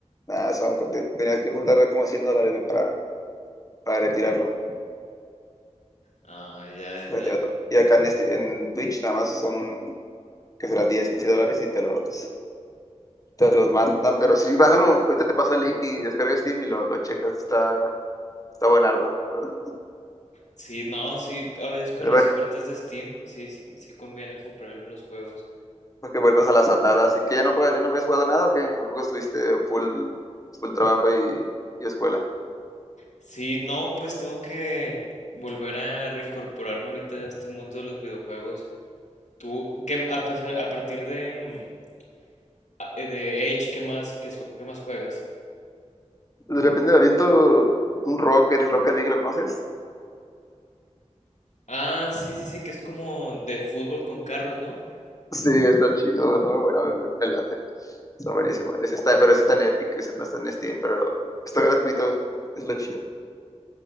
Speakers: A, on the left; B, on the left.
A: nada, son, te- tenía que juntar como cien dólares ¿no? para, para retirarlo.
B: Ah, ya, ya.
A: retirar
B: ya.
A: todo. Y acá en, este, en Twitch nada más son, que será 10 15 dólares y te los, te los mandan. Pero sí, bájalo, ahorita te pasa el link y descargas Steam y lo, lo checas. Está, está buenardo. ¿verdad?
B: Sí, no, sí, a veces con
A: Ya
B: las
A: para que
B: ofertas de Steam, sí, sí, sí conviene comprar algunos juegos.
A: para que vuelvas a las andadas. ¿Y que ya no juegas, ya no habías jugado nada o qué? Tampoco estuviste full, full trabajo y, y escuela.
B: Sí, no, pues tengo que volver a reincorporarme ahorita a este mundo de los videojuegos. Tú, que a pesar, a partir de, mm, a- eh, de Age, ¿qué más, qué, es- qué más juegas?
A: De repente me aviento un Rocket, el Rocket League, ¿lo conoces?
B: Ah, sí, sí, sí, que es como de fútbol con carros, ¿no?
A: Sí, está chido, está muy bueno, me, me late. Está buenísimo. Ese está, pero ese está en Epic, ese no está en Steam, pero está gratuito, es lo chido.